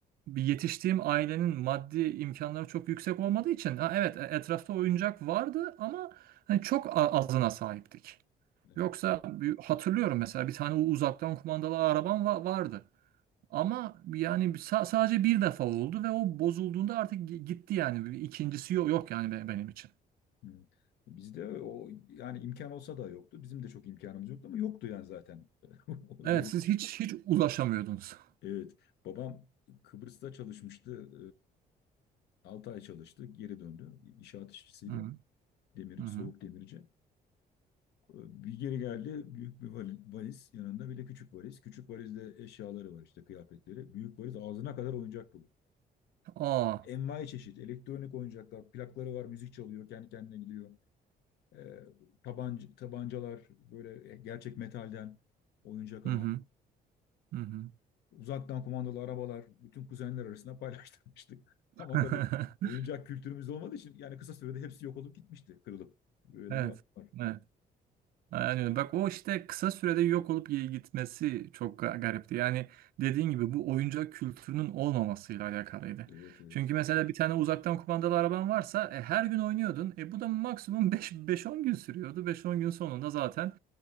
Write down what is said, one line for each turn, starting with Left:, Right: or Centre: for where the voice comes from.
Right: bir yetiştiğim ailenin maddi imkanları çok yüksek olmadığı için ha evet e- etrafta oyuncak vardı ama hani çok a- azına sahiptik.
Left: Evet.
Right: Yoksa bir- hatırlıyorum mesela bir tane uzaktan kumandalı arabam va- vardı. Ama yani sa- sadece bir defa oldu ve o bozulduğunda artık gi- gitti yani. Bir İkincisi yok, yok yani be- benim için.
Left: evet. Bizde o yani imkan olsa da yoktu. Bizim de çok imkanımız yoktu ama yoktu yani zaten. <laughs> Öyle
Right: Evet
Left: bir
Right: siz hiç hiç ulaşamıyordunuz.
Left: Evet, babam Kıbrıs'ta çalışmıştı. E, 6 ay çalıştı, geri döndü. İnşaat işçisiydi.
Right: Hı hı.
Left: Demirci,
Right: hı hı.
Left: soğuk demirci. E, Bir geri geldi, büyük bir vali- valiz yanında bir de küçük valiz. Küçük valizde eşyaları var işte kıyafetleri. Büyük valiz ağzına kadar oyuncak dolu.
Right: Aa.
Left: Envai çeşit, elektronik oyuncaklar, plakları var, müzik çalıyor, kendi kendine gidiyor. E, tabanca, tabancalar böyle gerçek metalden oyuncak ama.
Right: Hı hı. Hı hı.
Left: uzaktan kumandalı arabalar bütün kuzenler arasında paylaştırmıştık. <laughs> Ama
Right: <laughs>
Left: tabii oyuncak kültürümüz olmadığı için yani kısa sürede hepsi yok olup gitmişti, kırılıp. Böyle
Right: Evet.
Left: bir an var.
Right: Evet. Aynen öyle. Bak o işte kısa sürede yok olup iyi gitmesi çok ga- garipti. Yani dediğin gibi bu oyuncak kültürünün olmamasıyla alakalıydı.
Left: Evet evet.
Right: Çünkü mesela bir tane uzaktan kumandalı araban varsa e, her gün oynuyordun. E, bu da maksimum <laughs> beş beş on gün sürüyordu. Beş on gün sonunda zaten